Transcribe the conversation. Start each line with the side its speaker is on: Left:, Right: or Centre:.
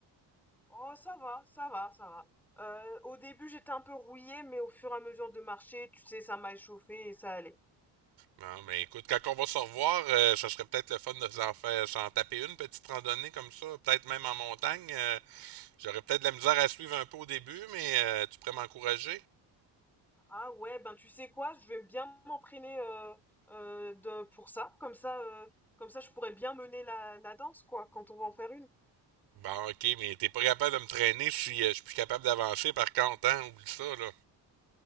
Centre: Oh, ça va, ça va, ça va. Euh, au début, j'étais un peu rouillée, mais au fur et à mesure de marcher, tu sais, ça m'a échauffée et ça allait.
Right: Non, mais écoute, quand on va se revoir, euh, ça serait peut-être le fun de s'en faire, s'en taper une petite randonnée comme ça, peut-être même en montagne. euh, J'aurais peut-être de la misère à suivre un peu au début, mais euh, tu pourrais m'encourager?
Centre: Ah ouais, ben tu sais quoi, je vais bien m'entraîner euh, euh, de, pour ça. Comme ça, euh, comme ça, je pourrais bien mener la, la danse, quoi, quand on va en faire une.
Right: Bon, ok, mais t'es pas capable de me traîner si euh, je suis plus capable d'avancer par contre, hein? Oublie ça, là.